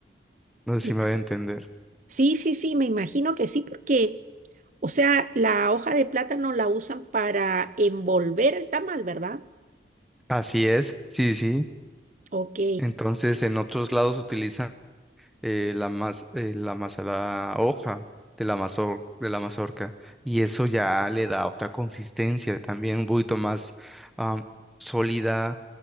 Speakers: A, in the centre; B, on the right (about 45°).
A: No sé
B: ti-
A: si me voy a entender.
B: sí, sí, sí, me imagino que sí, porque, o sea, la hoja de plátano la usan para envolver el tamal, ¿verdad?
A: Así es, sí, sí.
B: Ok,
A: Entonces en otros lados utilizan eh, la mas, eh, la masa, la hoja de la mazor- de la mazorca y eso ya le da otra consistencia también un poquito más am, sólida